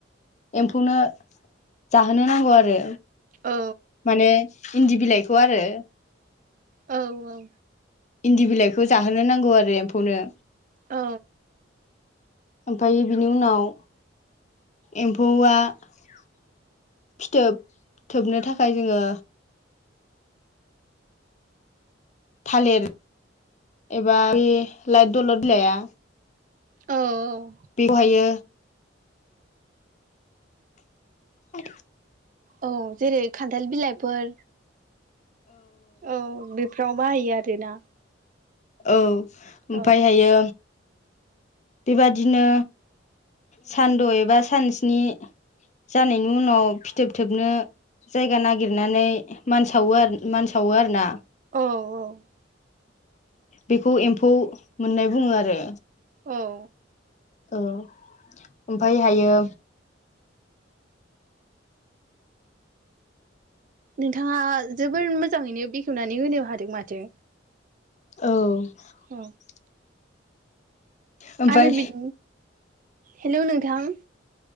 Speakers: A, on the left; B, on the right.
A: एम्फौनो जाहोनो नांगौ आरो
B: औ
A: माने इन्दि बिलाइखौ आरो
B: औ औ
A: इन्दि बिलाइखौ जाहोनो नांगौ आरो एम्फौनो
B: औ
A: ओमफ्राय बिनि उनाव एम्फौआ फिथोब थोबनो थाखाय जोङो थालिर एबा बे लाइ दलद बिइलाया
B: औ औ
A: बेखौहायो ए
B: औ जेरै खान्थाल बिलाइफोर, औ बेफोराव बाहायो आरोना?
A: औ ओमफायहायो
B: औ
A: बेबादिनो, सानद' एबा सान स्नि जानायनि उनाव फिथोबथोबनो जायगा नागिरनानै मान सावो आरो मान सावो आरो ना
B: औ औ
A: बेखौ एम्फौ मोननाय बुङो आरो
B: औ
A: औ ओमफ्राय हायो।
B: नोंथाङा जोबोर मोजाङैनो बेखेवनानै होनो हादों माथो,
A: औ
B: औ
A: ओमफाय
B: आरो बिद हेलौ नोंथां,